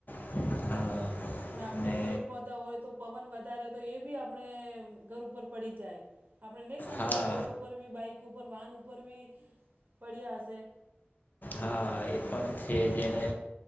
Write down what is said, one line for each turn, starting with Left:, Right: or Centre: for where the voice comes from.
Left: હા
Right: ના આપણે
Left: ને
Right: પેડ પૌધા હોય તો પવન વધારે તો એ આપણે ઘર ઉપર પડી જાય. આપણે નહીં સાંભળીએ
Left: હા
Right: રોડ ઉપર બી બાઈક ઉપર વાહન ઉપર બી પડ્યા હશે.
Left: હા એ પણ છે જેને